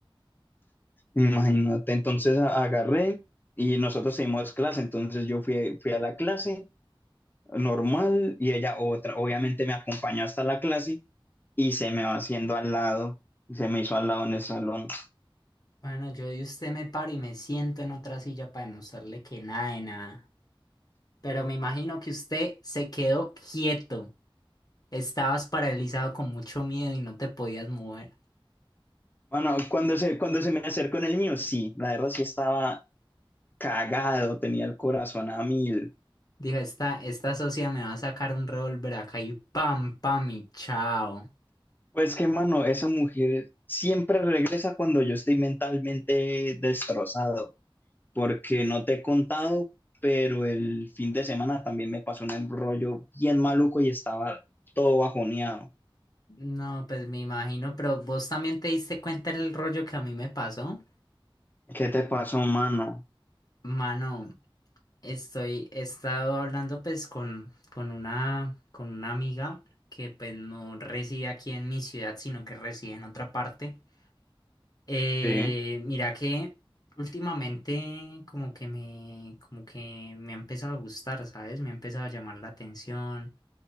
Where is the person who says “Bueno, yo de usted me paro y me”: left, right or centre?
Left